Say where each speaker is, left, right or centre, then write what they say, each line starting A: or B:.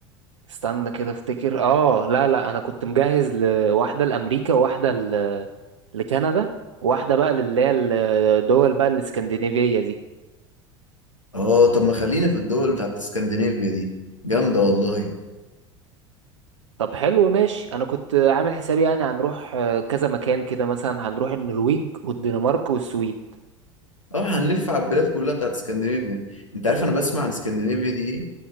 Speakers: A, on the right; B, on the left.
A: استنى كده افتكر اه لا لا انا كنت مجهز لواحدة لامريكا وواحدة ل- لكندا وواحدة بقى للي هي الدول بقى الاسكندنافية دي
B: اه طب ما خلينا في الدول بتاعت اسكندنافيا دي جامدة والله
A: طب حلو ماشي انا كنت عامل حسابي يعني هنروح آه، كذا مكان كده مثلا هنروح النرويج والدنمارك والسويد
B: اه هنلف على البلاد كلها بتاعت اسكندنافيا انت عارف انا بسمع عن اسكندنافيا دي ايه